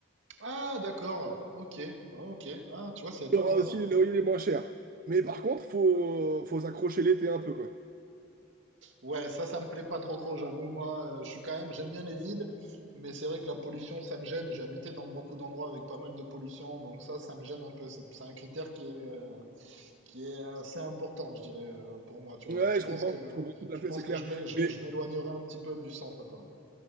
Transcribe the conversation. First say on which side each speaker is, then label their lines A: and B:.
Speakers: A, on the right; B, on the right.
A: Ah, d'accord. Ok. Ah, ok. Ah, tu vois, c'est étonnant
B: T'auras aussi
A: ça.
B: les loyers les moins chers. Mais par contre, faut, faut s'accrocher l'été un peu, quoi.
A: Ouais, ça, ça me plaît pas trop trop. J'avoue, moi, euh, je suis quand même, j'aime bien les villes, mais c'est vrai que la pollution, ça me gêne. J'ai habité dans beaucoup d'endroits avec pas mal de pollution, donc ça, ça me gêne un peu. C'est c'est un critère qui est euh, qui est assez important, je dirais, euh, pour moi, tu vois.
B: Ouais,
A: Donc, je pense
B: je comprends,
A: que
B: je comprends tout
A: je
B: à fait,
A: pense
B: c'est clair.
A: que je m'é- je-
B: Mais,
A: je m'éloignerai un petit peu du centre, quoi.